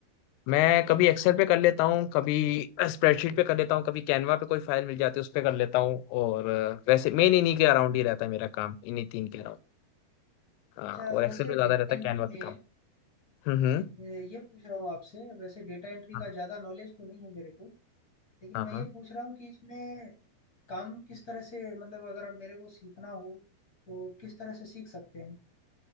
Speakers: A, on the left; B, on the left.
A: मैं कभी एक्सेल पे कर लेता हूँ कभी स्प्रेडशीट पे कर लेता हूँ कभी कैनवा पे कोई फाइल मिल जाती है उस पे कर लेता हूँ और अ, वैसे मेन इन्हीं के अराउंड ही रहता है मेरा काम इन्हीं तीन के अराउंड हाँ
B: अच्छा
A: और एक्सेल
B: वैसे
A: पे ज़्यादा
B: डेटा
A: रहता है
B: एंट्री
A: कैनवा
B: में
A: पे काम हम्म हम्म
B: ए, ये पूछ रहा हूँ आपसे वैसे डेटा एंट्री
A: हाँ
B: का ज़्यादा नॉलेज तो नहीं है मेरे को लेकिन
A: हाँ
B: मैं
A: हाँ
B: ये पूछ रहा हूँ कि इसमें काम किस तरह से मतलब अगर अब मेरे को सीखना हो तो किस तरह से सीख सकते हैं